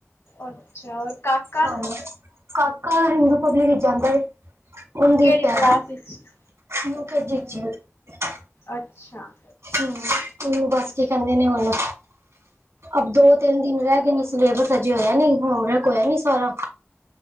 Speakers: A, on the left (about 75°); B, on the right (about 80°).
A: ਅੱਛਾ ਔਰ ਕਾਕਾ?
B: ਹਾਂ ਕਾਕਾ ਹਿੰਦੂ ਪਬਲਿਕ ਵਿੱਚ ਜਾਂਦਾ ਵੇ ਉਹਦੀ
A: ਕਿਹੜੀ
B: ਪੈ
A: ਕਲਾਸ ਵਿੱਚ
B: ਯੂਕੇਜੀ ਇਚ ਏ ਹਾਂ।
A: ਅੱਛਾ
B: ਹਮ ਬਸ ਕੀ ਕਹਿੰਦੇ ਨੇ ਹੁਨ ਅਬ ਦੋ ਤਿੰਨ ਦਿਨ ਰਹਿ ਗਏ ਨੇ ਸ ਸਿਲੇਬਸ ਅਜੇ ਹੋਇਆ ਨੀ ਹੋਮਵਰਕ ਹੋਇਆ ਨੀ ਸਾਰਾ।